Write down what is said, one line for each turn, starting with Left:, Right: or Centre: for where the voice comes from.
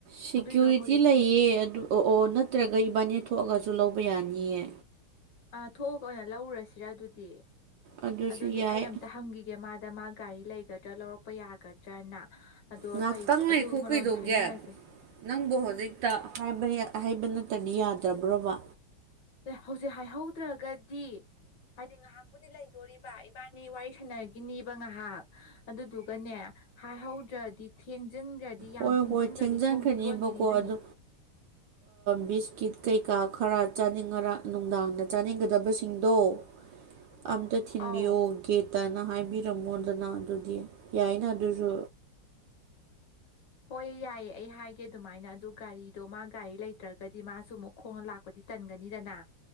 Right: ꯁꯦꯀ꯭ꯌꯨꯔꯤꯇꯤ
Left: ꯑꯗꯨꯏꯗꯣ ꯍꯧꯖꯤꯛ
Right: ꯂꯩꯌꯦ ꯑꯗꯨ ꯑꯣ-ꯑꯣ ꯅꯠꯇ꯭ꯔꯒ ꯏꯕꯥꯅꯤ ꯊꯣꯛꯑꯒꯁꯨ ꯂꯧꯕ ꯌꯥꯅꯤꯌꯦ
Left: ꯑꯥ ꯊꯣꯛꯑꯒ ꯑꯣꯏꯅ ꯂꯧꯔꯔꯁꯤꯔ ꯑꯗꯨꯗꯤ
Right: ꯑꯗꯨꯁꯨ
Left: ꯑꯗꯨꯗꯤ
Right: ꯌꯥꯏ
Left: ꯑꯩ ꯑꯝꯇ ꯍꯪꯈꯤꯒꯦ ꯃꯥꯗ ꯃꯥ ꯒꯥꯔꯤ ꯂꯩꯒꯗ꯭ꯔꯥ ꯂꯧꯔꯛꯄ ꯌꯥꯒꯗ꯭ꯔꯅ ꯑꯗꯨꯒ
Right: ꯉꯥꯛꯇꯪ
Left: ꯀꯩ
Right: ꯂꯩꯈꯣ
Left: ꯑꯗꯨꯒ ꯃꯔꯣꯟꯗꯣ
Right: ꯀꯩꯗꯧꯒꯦ
Left: ꯍꯥꯏꯅꯔꯁꯦ
Right: ꯅꯪꯕꯨ ꯍꯧꯖꯤꯛꯇꯕ ꯍꯥꯏꯩꯕ ꯅꯠꯇꯗꯤ ꯌꯥꯗ꯭ꯔꯕ꯭ꯔꯣꯕ
Left: ꯍꯧꯖꯤꯛ ꯍꯥꯏꯍꯧꯗ꯭ꯔꯒꯗꯤ ꯍꯥꯏꯗꯤ ꯉꯥꯏꯍꯥꯛꯄꯨꯗꯤ ꯂꯩꯗꯣꯔꯤꯕ ꯏꯕꯥꯅꯤ ꯋꯥꯔꯤ ꯁꯥꯟꯅꯈꯤꯅꯦꯕ ꯉꯥꯏꯍꯥꯛ ꯑꯗꯨꯗꯨꯒꯅꯦ ꯍꯥꯏꯍꯧꯗ꯭ꯔꯗꯤ ꯊꯦꯡꯖꯤꯟꯈ꯭ꯔꯗꯤ ꯌꯥꯝ
Right: ꯍꯣꯏ
Left: ꯊꯦꯡꯖꯤꯟꯈ꯭ꯔꯗꯤ
Right: ꯍꯣꯏ ꯊꯦꯡꯖꯟꯈ꯭ꯔꯅꯦꯕꯀꯣ
Left: ꯊꯣꯡꯁꯨ ꯂꯣꯟꯈꯤꯅꯤꯗꯣꯏꯅꯦ
Right: ꯑꯗꯨ ꯕꯤꯁꯀꯤꯠ ꯀꯩꯀꯥ ꯈꯔ ꯆꯥꯅꯤꯡꯉ ꯅꯨꯡꯗꯥꯡꯗ ꯆꯥꯅꯤꯡꯒꯗꯕꯁꯤꯡꯗꯣ <unintelligible> ꯑꯝꯇ ꯊꯤꯟꯕꯤꯌꯣ
Left: ꯑꯧ
Right: ꯒꯦꯠꯇꯅ ꯍꯥꯏꯕꯤꯔꯝꯃꯣꯗꯅ ꯑꯗꯨꯗꯤ ꯌꯥꯏꯅ ꯑꯗꯨꯁꯨ
Left: ꯍꯣꯏꯑ ꯌꯥꯏꯌꯦ ꯑꯩ ꯍꯥꯏꯒꯦ ꯑꯗꯨꯃꯥꯏꯅ ꯑꯗꯨ ꯒꯥꯔꯤꯗꯣ ꯃꯥ ꯒꯥꯔꯤ ꯂꯩꯇ꯭ꯔꯒꯗꯤ ꯃꯥꯁꯨ ꯑꯃꯨꯛ ꯈꯣꯡꯅ ꯂꯥꯛ ꯄꯗꯤ ꯇꯟꯒꯅꯤꯗꯅ